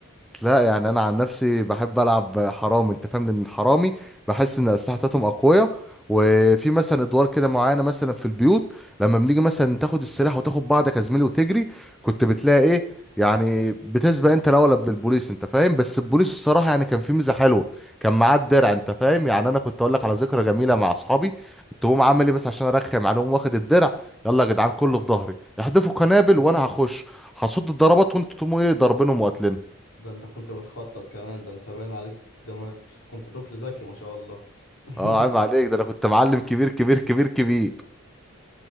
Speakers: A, in the centre; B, on the left.
A: لا يعني انا عن نفسي بحب العب حرامي انت فاهم لان الحرامي
B: <laughs>
A: بحس ان الاسلحه بتاعتهم اقويه وفي مثلا ادوار كده معينه مثلا في البيوت لما بنيجي مثلا تاخد السلاح وتاخد بعضك يا زميلي وتجري كنت بتلاقي ايه يعني بتسبق انت الاول قبل البوليس انت فاهم بس البوليس الصراحه يعني كان في ميزه حلوه كان معاه الدرع
B: أيوة.
A: انت فاهم يعني انا كنت اقول لك على ذكرى جميله مع اصحابي كنت بقوم عامل ايه بس عشان ارخم عليهم واخد الدرع يلا يا جدعان كله في ظهري احدفوا قنابل وانا هخش هصد الضربات وانتوا تقوموا ايه ضاربينهم وقتلين
B: ده أنت كنت بتخطط كمان ده أنت باين عليك دماغك ش- كنت طفل ذكي ما شاء الله <laughs>
A: اه عيب عليك ده انا كنت معلم كبير كبير كبير كبير